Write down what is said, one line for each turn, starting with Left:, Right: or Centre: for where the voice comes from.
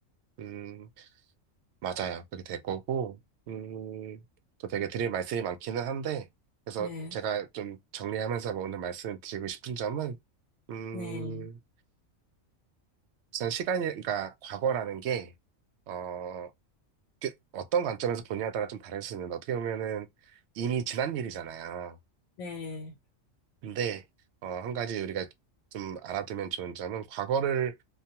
Right: 음, 맞아요. 그렇게 될 거고, 음, 또 되게 드릴 말씀이 많기는 한데, 그래서
Left: 네,
Right: 제가 좀 정리하면서 뭐 오늘 말씀 드리고 싶은 점은, 음,
Left: 네,
Right: 우선 시간이, 그러니까 과거라는 게, 어, 그 어떤 관점에서 보냐에 따라 좀 다를 수 있는데, 어떻게 보면은 이미 지난 일이잖아요.
Left: 네,
Right: 근데 어, 한 가지 우리가 좀 알아두면 좋은 점은 과거를